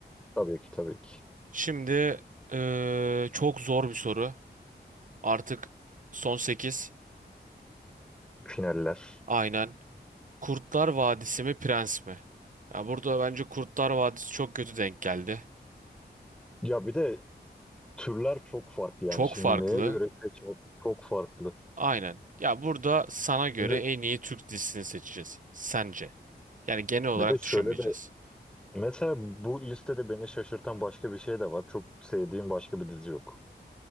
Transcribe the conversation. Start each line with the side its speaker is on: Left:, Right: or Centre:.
Centre: Tabii ki tabii ki.
Right: Şimdi eee, çok zor bir soru. Artık son 8,
Centre: Finaller.
Right: Aynen. Kurtlar Vadisi mi Prens mi? Ya burada bence Kurtlar Vadisi çok kötü denk geldi.
Centre: Ya bir de türler çok farklı yani.
Right: Çok
Centre: Şimdi
Right: farklı.
Centre: neye göre seçmek çok farklı.
Right: Aynen. Ya burada sana göre
Centre: Şimdi
Right: en iyi Türk dizisini seçeceğiz. Sence. Yani genel olarak
Centre: bir de şöyle
Right: düşünmeyeceğiz.
Centre: de mesela bu listede beni şaşırtan başka bir şey de var. Çok sevdiğim başka bir dizi yok.